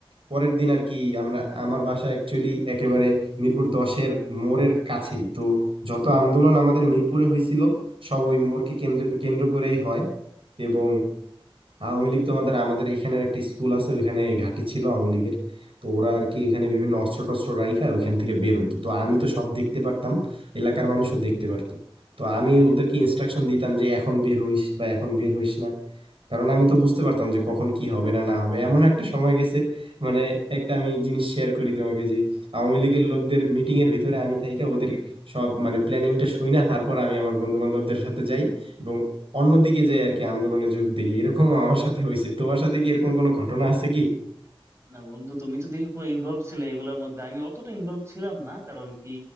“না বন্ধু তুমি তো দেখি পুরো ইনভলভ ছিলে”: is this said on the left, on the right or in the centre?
Right